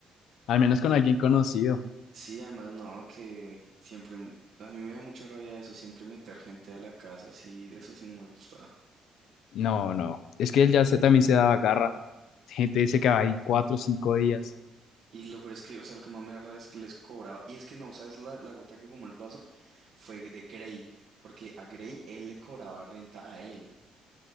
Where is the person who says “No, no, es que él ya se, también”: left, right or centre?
Left